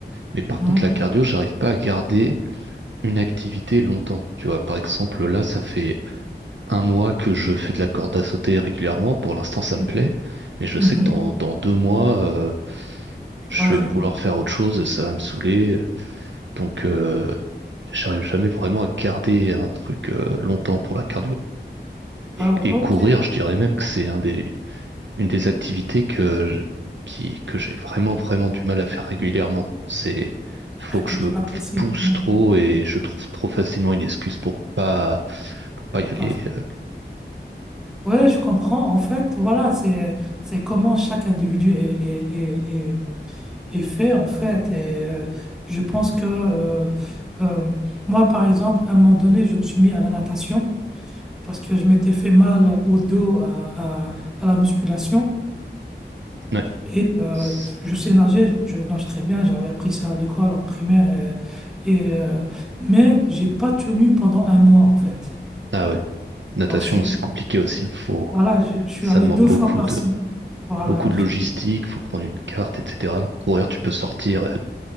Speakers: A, on the right; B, in the centre.
A: Mais
B: mhm.
A: par contre, la cardio, j'arrive pas à garder une activité longtemps. Tu vois, par exemple, là, ça fait un mois que je fais de la corde à sauter régulièrement. Pour l'instant, ça
B: Mhm.
A: me plaît. Mais je
B: Mhm.
A: sais que dans, dans deux mois, euh,
B: Tu
A: je
B: vas arrêter.
A: vais vouloir faire autre chose, ça va me saouler. Donc, euh, j'arrive jamais vraiment à garder un truc euh, longtemps pour la cardio.
B: Ah
A: Et,
B: ouais,
A: et
B: ok,
A: courir, je dirais même que c'est un des, une des activités que je- qui, que j'ai vraiment, vraiment du mal à faire régulièrement. C'est, faut que
B: que
A: je
B: tu
A: me
B: apprécies
A: pousse
B: le moins
A: trop et je trouve trop facilement une excuse pour pas, pour pas
B: ton
A: y aller.
B: taf.
A: Euh,
B: Ouais, je comprends. En fait, voilà, c'est c'est comment chaque individu est, est, est, est- est fait, en fait. Et, euh, je pense que euh, euh, moi, par exemple, à un moment donné, je me suis mis à la natation parce que je m'étais fait mal au dos à, à, à la musculation.
A: ouais,
B: Et euh,
A: c'est-
B: je sais nager, je nage très bien, j'avais appris ça à l'école, en primaire, et, et, euh, mais j'ai pas tenu pendant un mois en fait.
A: Ah ouais. Natation,
B: Donc je suis,
A: c'est compliqué aussi. Faut,
B: voilà, je, je suis
A: ça
B: allé
A: demande
B: deux
A: beaucoup
B: fois par
A: de,
B: semaine. Voilà,
A: beaucoup
B: absolument.
A: de logistique. Faut prendre une carte, etc. Courir, tu peux sortir. euh,